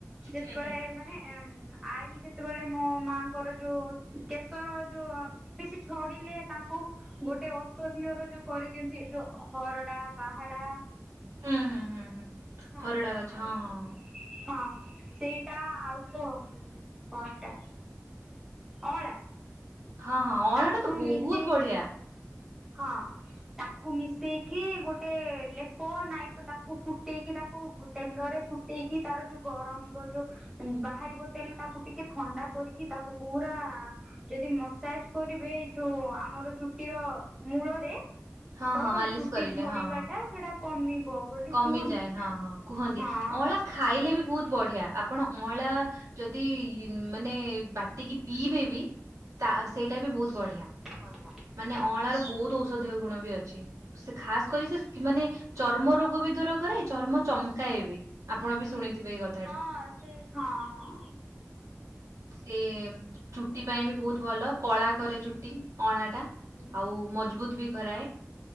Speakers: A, in the centre; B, on the right.
A: ଯେତେବେଳେ
B: ହୁଁ ହୁଁ।
A: ମାନେ ଉ ଆଈ ଯେତେବେଳେ ମୋ ମାଙ୍କର ଯୋଉ କେଶର ଯୋଉ ବେଶୀ ଛଡିଲେ ତାଙ୍କୁ ଗୋଟେ ଔଷଧିଅ ର ଯୋଉ କରିଦିଅନ୍ତି ଯୋଉ ହରଡା, ବାହାଡା
B: ହୁଁ ହୁଁ ହୁଁ ହୁଁ
A: ହଁ
B: ହରଡା ଗଛ
A: ଆଉ
B: ହଁ ହଁ ହଁ।
A: ହଁ ସେଇଟା ଆଉ ଯୋଉ କଣ ଏଇଟା। ଅଁଳା।
B: ହଁ ହଁ ଅଁଳା
A: ତାକୁ
B: ଟା ତ ବହୁତ
A: ମିଶେଇ
B: ବଢିଆ।
A: ହଁ ତା କୁ ମିଶାଇକି ଗୋଟେ ଲେପ ନାଇ ତ ତାକୁ ଫୁଟାଇକି ତାକୁ ତେଲରେ ଫୁଟେଇକି ତାର ଯୋଉ ଗରମ ର ଯୋଉ ବାହାରିବ ତେଣୁ ତାକୁ ଟିକେ ଥଣ୍ଡା କରିକି ତାକୁ ପୁରା ଯଦି ମସାଜ କରିବେ ଏଇ ଯୋଉ ଆମର ଚୁଟି ର ମୂଳରେ
B: ହଁ
A: ତ
B: ହଁ ମାଲିସ
A: ଚୁଟି
B: କରିଲେ
A: ଝଡିବା
B: ହଁ ହଁ।
A: ଟା ସେଟା କମିବ। ବୋଲି
B: କମିଯାଏ
A: କୁହନ୍ତି
B: ହଁ ହଁ କୁହନ୍ତି
A: ହଁ।
B: ଅଁଳା ଖାଇଲେ ବି ବହୁତ ବଢିଆ, ଆପଣ ଅଁଳା ଯଦି ମାନେ ବାଟିକି ପିଇବେ ବି ତା ସେଇଟା ବି ବହୁତ ବଢିଆ।
A: ବଢିଆ।
B: ନାଁ ଅଁଳା ର ବହୁତ ଔଷଧୀୟ ଗୁଣ ବି ଅଛି ଖାସ କରି ସେ ମାନେ ଚର୍ମ ରୋଗ ବି ଦୂର କରେ ଚର୍ମ ଚମକାଏ ବି ଆପଣ ବି ଶୁଣିଥିବେ ଏଇ କଥା।
A: ହଁ ସେ ହଁ ହଁ।
B: ସେ ଚୁଟି ପାଇଁ ବି ବହୁତ ଭଲ କଳା କରେ ଚୁଟି ଅଁଳା ଟା।
A: ହୁଁ।
B: ଆଉ ମଜବୁତ ବି କରାଏ।